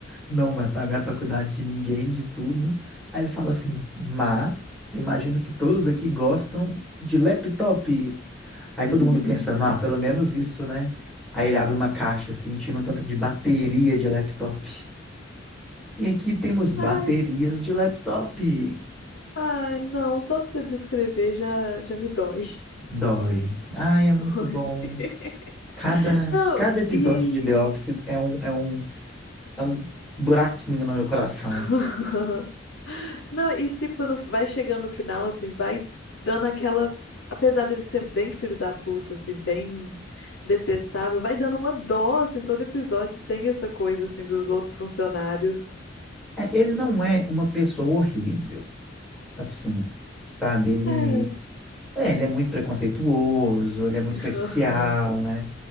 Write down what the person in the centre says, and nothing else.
não vai pagar a faculdade de ninguém, de tudo. Aí ele fala assim, mas eu imagino que todos aqui gostam de laptops. Aí todo
mundo pensando, ah, pelo menos isso, né? Aí ele abre uma caixa assim, tira um tanto de bateria de laptop. E aqui temos baterias
de laptop.
Dói. Ai, é muito
bom. Cada,
cada episódio
de The Office é um, é um, é um buraquinho no meu coração.
É, Ele não é uma pessoa horrível. assim, sabe? Ele
é, ele é muito preconceituoso,
ele é muito superficial, né?